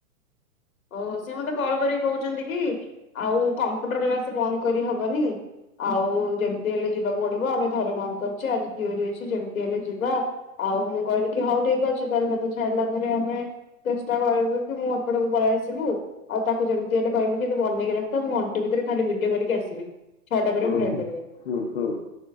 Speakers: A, on the left; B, on the left.
A: ଓହୋ ସେ ମତେ କଲ୍ କରିକି କହୁଛନ୍ତି କି ଆଉ କମ୍ପୁଟର କ୍ଲାସ ବନ୍ଦ କରିହବନି। ଆଉ ଯେମିତି ହେଲେ ଯିବାକୁ ପଡିବ ଆମେ ଥରେ ବନ୍ଦ କରିଛେ ଆଜି ଥିଓରୀ ଅଛି ଯେମିତି ହେଲେ ଯିବା। ଆଉ ମୁଁ କହିଲି କି ହଉ ଠିକ ଅଛି ତାହେଲେ ତାକୁେ ଛାଡିଲା ପରେ ଆମେ ଚେଷ୍ଟା କରିବୁ କି ମୁଁ ଏପଟକୁ ପଳେଇିଆଶ ସିବୁ ଆଉ ତାକୁ ଯେମିତି ହେଲେ କହିବୁ କିୁ ତୁ ବନେଇକି ରକ୍ଷିତା ମୁଁ ଘଣ୍ଟେ ଭିତରେ ଖାଲି ଭିଡିଓ କରିକି ଆସିବି। ଛଅଟା ପରେ
B: ହୁଁ
A: ମୁଁ <unintelligible>
B: ହୁଁ ହୁଁ ହୁଁ